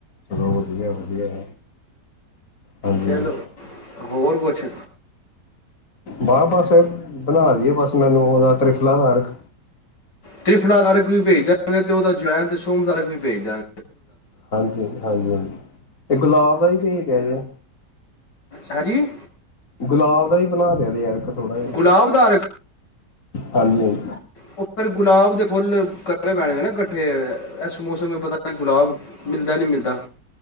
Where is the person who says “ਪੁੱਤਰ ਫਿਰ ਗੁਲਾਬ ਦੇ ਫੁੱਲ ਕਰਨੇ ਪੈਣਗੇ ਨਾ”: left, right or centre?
Left